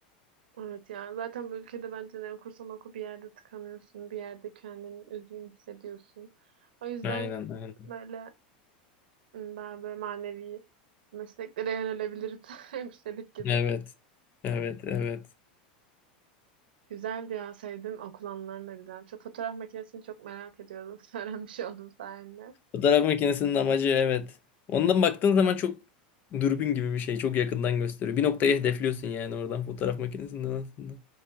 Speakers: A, on the right (about 85°); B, on the left (about 35°).
A: evet ya zaten bu ülkede bence ne okursan oku bir yerde tıkanıyorsun. Bir yerde kendini üzgün hissediyorsun. O yüzden
B: Aynen aynen.
A: böyle Daha böyle manevi mesleklere yönelebiliriz. <laughs> Hemşirelik gibi.
B: Evet. Evet evet.
A: Güzeldi ya sevdim. Okul anılarını da güzel. Şu fotoğraf makinesini çok merak ediyordum. <laughs> Öğrenmiş oldum sayende.
B: Fotoğraf makinesinin amacı evet. Ondan baktığın zaman çok dürbün gibi bir şey. Çok yakından gösteriyor. Bir noktayı hedefliyorsun yani oradan fotoğraf makinesinden aslında.